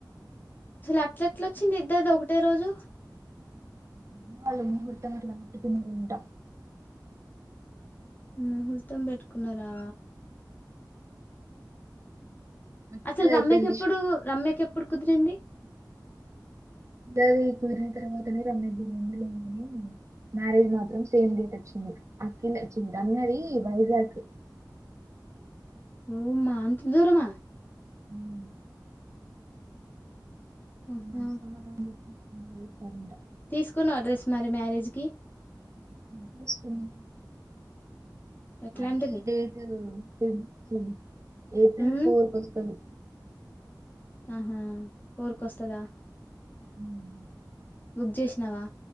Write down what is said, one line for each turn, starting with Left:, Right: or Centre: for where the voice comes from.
Left: స్సల్ అట్ల ఎట్లొచ్చింది ఇద్దరిది ఒకటే రోజు
Right: ఏమో వాళ్ళ ముహూర్తం అట్ల కుదిరిందట
Left: ముహూర్తం పెట్టుకున్నారా
Right: అఖిలది
Left: అసలు రమ్యక్
Right: అయిపోయింది.
Left: ఎప్పుడు రమ్యకు ఎప్పుడు కుదిరింది
Right: ధరణి కి కుదిరిన తర్వాతనే రమ్య కి కుదిరింది <unintelligible> మ్యారేజ్ మాత్రం సేమ్ డేట్ వచ్చింది అఖిల్ వచ్చింది రమ్య ది వైజాగ్
Left: ఓ మ్మ అంత దూరమా
Right: అవున్
Left: ఆహా
Right: ఏం మనసున్నదండి ఈ టైమ్ ల
Left: తీసుకున్నావా డ్రెస్ మరి మ్యారేజ్ కి
Right: మ్యారేజ్ కి ఏళ్ళను
Left: ఎట్లాంటిది
Right: అదే డేటు మ్మ్ మ్మ్ ఏప్రిల్
Left: ఉమ్
Right: ఫోర్ క వస్తది
Left: ఆహా ఫోర్ క వస్తద
Right: హ్మ్
Left: బుక్ చేసినావా